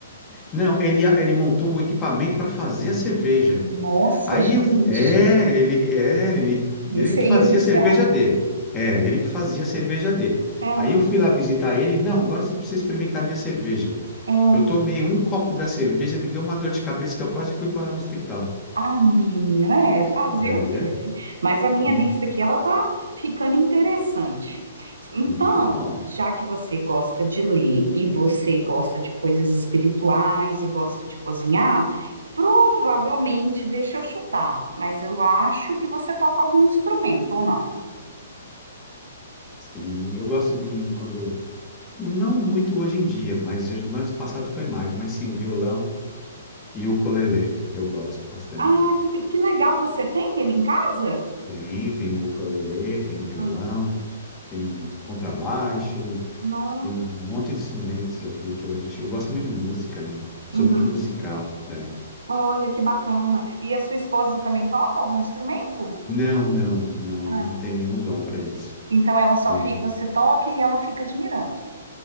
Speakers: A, on the left; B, on the right.
A: Não, ele, ele montou o equipamento para fazer a cerveja.
B: Nossa,
A: Aí
B: gente,
A: eu fui, é, ele é, ele,
B: esse
A: ele que
B: aí
A: fazia
B: é viciado.
A: a cerveja dele. É, ele que fazia a cerveja dele.
B: Aham,
A: Aí eu fui lá visitar ele, não, agora você precisa experimentar a minha cerveja.
B: aham.
A: Eu tomei um copo da cerveja, me deu uma dor de cabeça que eu quase fui parar no hospital.
B: Ah, menina, é fazer
A: É,
B: o quê, né? Mas a minha
A: e
B: lista aqui, ela tá ficando interessante. Então,
A: muito bom.
B: já que você gosta de ler e você gosta de coisas espirituais e gosta de cozinhar, provavelmente, deixa eu chutar, mas eu acho que você toca algum instrumento ou não.
A: Sim, eu gosto de quando. Não muito hoje em dia, mas eu- no ano passado foi mais. Mas sim, o violão e o ukulele. Eu gosto bastante.
B: Ah, que, que legal, você tem ele em casa?
A: Tem, tem o ukulele, tem o violão,
B: Ah,
A: tem o contrabaixo,
B: nossa.
A: tem um monte de instrumentos aqui que a gente. Eu gosto muito de música, né? Sou
B: Uhum.
A: muito musical. É.
B: Olha que bacana. E a sua esposa também toca algum instrumento?
A: Não, não, não,
B: Ah,
A: não tem nenhum dom para isso.
B: então ela só
A: Não.
B: fi... você toca e ela fica admirando.